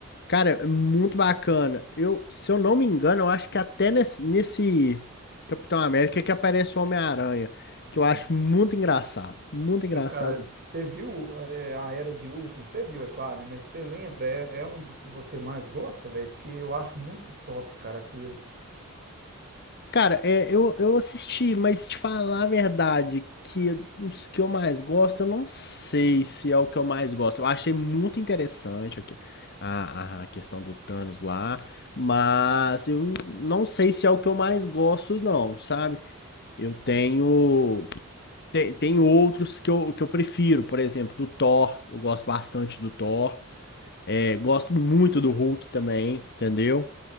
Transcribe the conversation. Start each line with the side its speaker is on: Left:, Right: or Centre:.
Left: Cara, é muito bacana. Eu, se eu não me engano, eu acho que até nesse, nesse Capitão América é que aparece o Homem-Aranha, que eu acho muito engraçado, muito engraçado.
Right: eu, cara, você viu é, a Era de Ultron? Você viu, é claro, né? Mas você lembra? É, é um dos que você mais gosta, velho? Porque eu acho muito top, cara, aquele.
Left: Cara, é, eu, eu assisti, mas te falar a verdade, que os que eu mais gosto, eu não sei se é o que eu mais gosto. Eu achei muito interessante aqui a, a questão do Thanos lá, mas eu n- não sei se é o que eu mais gosto, não, sabe? Eu tenho. Tem, tem outros que eu, que eu prefiro, por exemplo, do Thor. Eu gosto bastante do Thor. É, gosto muito do Hulk também, entendeu?